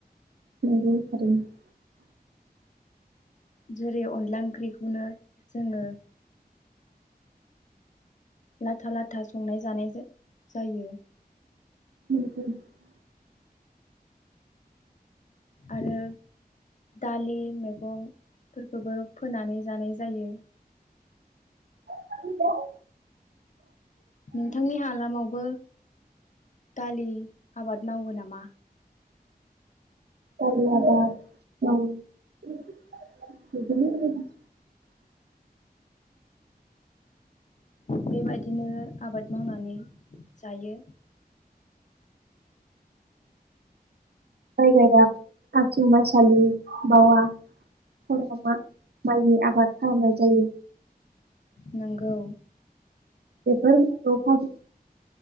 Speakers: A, on the right; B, on the left.
A: <unintelligible>
B: जेरै अनला ओंख्रिखौनो जोङो लाथा लाथा संनाय जानाय जायो।
A: <unintelligible>
B: आरो दालि मैगंफोरखौबो फोनानै जानाय जायो।
A: <unintelligible>
B: नोंथांनि हालामावबो दालि आबाद मावो नामा
A: <unintelligible>
B: बेबायदिनो आबाद मावनानै जायो।
A: जायगायाव आसु मायसालि बावा <unintelligible> माइनि आबाखालामनाय जायो।
B: नोंगौ
A: बेेफोर <unintelligible>